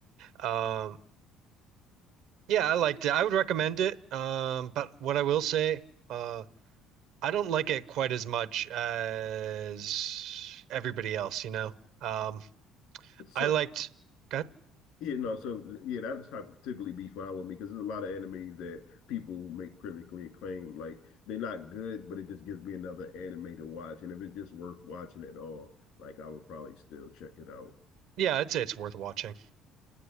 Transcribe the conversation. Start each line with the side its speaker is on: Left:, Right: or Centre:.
Right: Um, yeah, I liked it. I would recommend it. Um, but what I will say, uh. I don't like it quite as much as everybody else, you know. Um,
Left: so,
Right: I liked, God,
Left: yeah, no, so yeah, that would typically be fine with me because there's a lot of anime that people make critically acclaimed. Like they're not good, but it just gives me another anime to watch. And if it's just worth watching at all, like I would probably still check it out.
Right: yeah, I'd say it's worth watching.